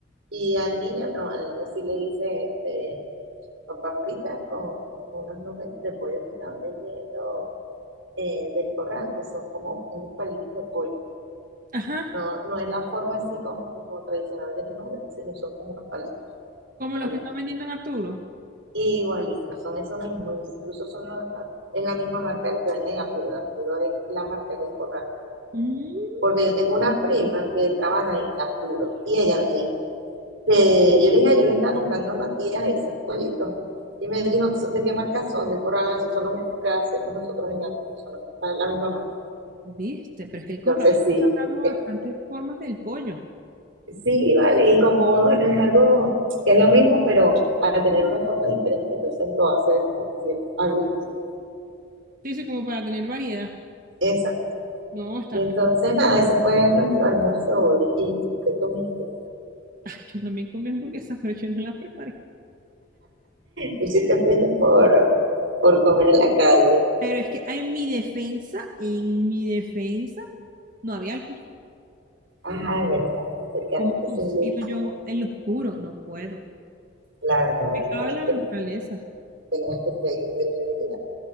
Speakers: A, on the right; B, on the right.
A: Y al niño no, al niño sí le hice este, papas fritas con unos nubes de pollo que están vendiendo eh, del corral, que son como unos palitos de pollo.
B: Ajá.
A: No, no es la forma así como, como tradicional del nube, sino son como unos palitos.
B: Como los
A: palitos.
B: que están vendiendo en Arturo.
A: Igualitos, son esos mismos, incluso son los- es la misma marca de los que venden en Arturo. En Arturo es la marca del corral.
B: Mm,
A: Porque yo tengo una prima que trabaja en Arturo y ella me dijo que yo le dije, "Ay, yo le estaba comprando a Matías esos pollitos. Y me dijo, ¿de qué marca son? Del corral, Ah, sí, son los mismos que hacemos nosotros en Arturo, son la misma marca.
B: viste, pero es que el
A: Entonces
B: corral está
A: sí,
B: sacando bastantes
A: eh,
B: formas del pollo.
A: sí, vale, y como bueno, es algo, es lo mismo, pero al tener una forma diferente, entonces lo hace ver como que es algo distinto.
B: Sí, sí, como para tener variedad.
A: Esa.
B: No, está.
A: Y entonces, nada, ese fue nuestro almuerzo hoy. ¿Y tú qué comiste?
B: <laughs> Yo también comí hamburguesas, pero yo no las preparé.
A: Tú sí te fuiste por, por comer en la calle.
B: Pero es que en mi defensa, en mi defensa. No había luz.
A: Ajá, es verdad, te acercaste
B: ¿Cómo cocino
A: sin luz.
B: yo en lo oscuro? No puedo.
A: Claro, no,
B: Pecado
A: ahí tenías,
B: de la naturaleza.
A: tenías que pedir delivery.